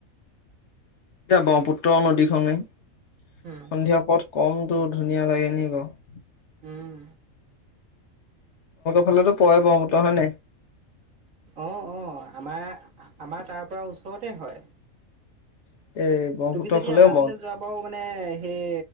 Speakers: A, on the left; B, on the right.
A: <unintelligible> ব্ৰহ্মপুত্ৰ নদীখনে সন্ধিয়া
B: উম,
A: পথ। কমটো ধুনীয়া লাগে নি বাৰু।
B: উম।
A: ফালেতো পৰে ব্ৰহ্মপুত্ৰ হয় নে নাই।
B: অ অ আমাৰ, আমাৰ তাৰ পৰা ওচৰতে হয়।
A: <unintelligible>
B: তুমি যদি
A: ফালেও
B: আমাৰ
A: মন
B: তালৈ যোৱা বাৰু মানে সেই